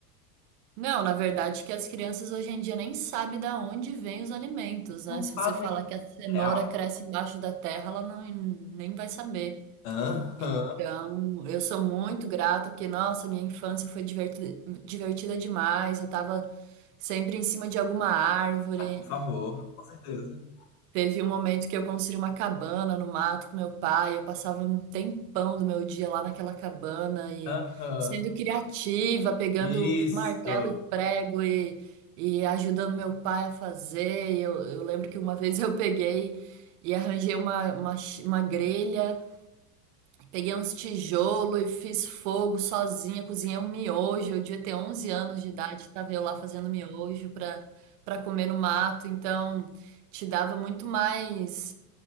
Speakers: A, on the right; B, on the left.
A: Não, na verdade que as crianças hoje em dia nem sabem da onde vêm os alimentos,
B: Não
A: né? Se você
B: fazem
A: falar que a cenoura
B: real.
A: cresce embaixo da terra, ela não, nem vai saber.
B: Aham.
A: Então, eu sou muito grata, porque, nossa, minha infância foi divertida, divertida demais. Eu tava sempre em cima de alguma árvore.
B: Ah, por favor, com certeza.
A: Teve um momento que eu construí uma cabana no mato com meu pai. Eu passava um tempão do meu dia lá naquela cabana e
B: Aham.
A: sendo criativa, pegando
B: Isso.
A: martelo e prego e, e ajudando meu pai a fazer. E Eu, eu lembro que uma vez eu peguei e arranjei uma, uma, chi- uma grelha. Peguei uns tijolos e fiz fogo sozinha, cozinhei um miojo. Eu devia ter 11 anos de idade, tava eu lá fazendo miojo para para comer no mato. Então, te dava muito mais